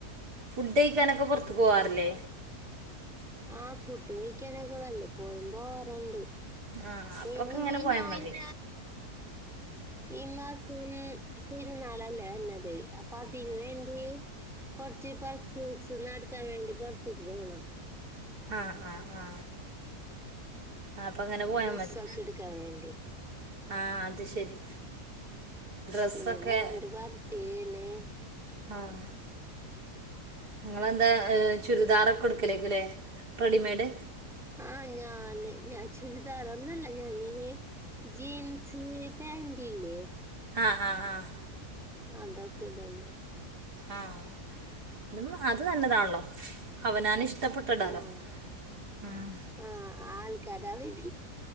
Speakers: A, on the right; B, in the centre.
A: ഫുഡ് കഴിക്കാനൊക്കെ പുറത്തുക്ക്‌ പോവാറില്ലേ?
B: ആഹ് ഫുഡ് കഴിക്കാനൊക്കെ വെല്ലപ്പോഴും പോകാറുണ്ട്
A: ആ അപ്പോൾ
B: ഇനി
A: ഒക്കെ ഇങ്ങനെ
B: പിന്നെ
A: പോയാൽ
B: ഞാ
A: മതി
B: ഈ മാസം പെരുന്നാളല്ലേ വരുന്നത് അപ്പൊ അതിന് വേണ്ടി കുറച്ച് പർച്ചേസ് നടത്താൻ വേണ്ടി പുറത്ക്ക് പോകണം
A: ആഹ് ആഹ് ആഹ് ആ അപ്പൊ അങ്ങനെ പോയാ
B: ഡ്രസ്സൊക്കെ
A: മതി
B: എടുക്കാൻ വേണ്ടി
A: ആ അത് ശരി ഡ്രെസ്
B: പിന്നെ
A: ഒക്കെ
B: മോന്റെ ബർത്ത്ഡേന്
A: ആഹ് നിങ്ങളെന്താ ചുരിദാറൊക്കെ എടുക്കലേക്കൽ അല്ലേ റെഡിമെയ്ഡ്
B: ആഹ് ഞാൻ ഞാൻ ചുരിദാറോന്നല്ല ഞാനീ- ജീന്സ് പാന്റില്ലേ
A: ആഹ് ആഹ് ആഹ്
B: അതൊക്കെ ഇടള്ളൂ
A: ആഹ് അതും അത് നല്ലതാണല്ലോ അവനാൻ ഇഷ്ടപ്പെട്ട ഇടാമല്ലോ
B: ഉം
A: ഉം
B: ഉം ആൾക്ക് ര് അതെ